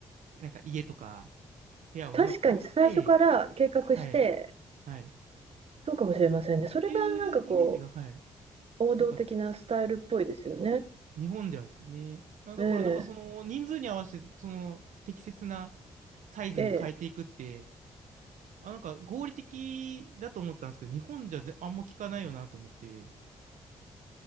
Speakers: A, on the right (about 75°); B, on the right (about 50°).
A: なんか家とか部屋をもう買って、
B: 確かに最初から計画して、
A: はい、はい。っ
B: そうかもしれませんね。それがなんかこ
A: ていうイメージが、はい、
B: う、王道的なスタイルっぽいですよね。
A: 強かった。日本ではですね。あだからなんかその人数に合わせて、
B: ええ、
A: その適切なサイズに変えていくって、
B: ええ。
A: あ、なんか合理的だと思ったんですけど、日本じゃぜあんま聞かないよなと思って。